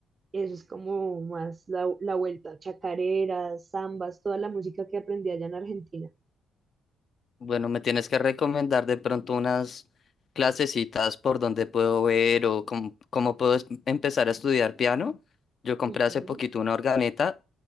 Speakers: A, on the right (about 35°); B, on the left (about 50°).
A: eso es como más la, la vuelta, chacareras, zambas, toda la música que aprendí allá en Argentina.
B: Bueno, me tienes que recomendar de pronto unas clasecitas por donde puedo ver o cómo, cómo puedo es- empezar a estudiar piano. Yo compré
A: Ujú,
B: hace poquito una organeta,